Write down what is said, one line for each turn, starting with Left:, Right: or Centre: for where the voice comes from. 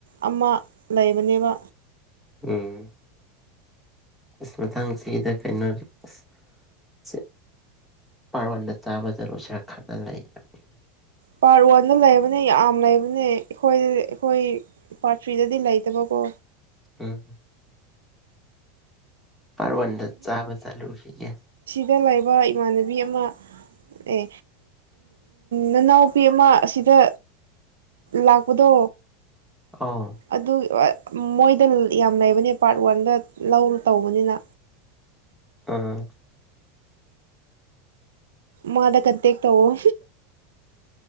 Right: ꯑꯃ ꯂꯩꯕꯅꯦꯕ
Centre: ꯎꯝ ꯑꯁ ꯃꯊꯪ ꯆꯍꯤꯗ ꯀꯩꯅꯣ ꯑꯁ ꯄꯥꯔꯣꯟꯗ ꯆꯥꯕ ꯆꯠꯂꯨꯁꯤꯔ ꯈꯜꯂꯥ ꯂꯩꯔꯝꯅꯤ
Right: ꯄꯥꯔ ꯋꯥꯟꯗ ꯂꯩꯕꯅꯦ ꯌꯥꯝ ꯂꯩꯕ ꯗꯨꯅꯦ ꯑꯩꯈꯣꯏ ꯑꯩꯈꯣꯏ ꯄꯥꯔꯠ ꯊ꯭ꯔꯤꯗꯗꯤ ꯂꯩꯇꯕꯀꯣ
Centre: ꯎꯝ ꯄꯥꯔ ꯋꯥꯟꯗ ꯆꯥꯕ ꯆꯂꯨꯈꯤꯒꯦ
Right: ꯗ ꯂꯩꯕ ꯏꯃꯥꯟꯅꯕꯤ ꯑꯃ ꯑꯦ ꯅꯅꯥꯎꯄꯤ ꯑꯃ ꯑꯁꯤꯗ ꯂꯥꯛꯄꯗꯣ
Centre: ꯑꯧ
Right: ꯑꯗꯨ ꯃꯣꯏꯗ ꯌꯥꯝ ꯂꯩꯕꯅꯦ ꯄꯥꯔꯠ ꯋꯥꯟꯗ ꯂꯧ ꯇꯧꯕꯅꯤꯅ
Centre: ꯑꯥ
Right: ꯃꯥꯗ ꯀꯟꯇꯦꯛ ꯇꯧꯑꯣ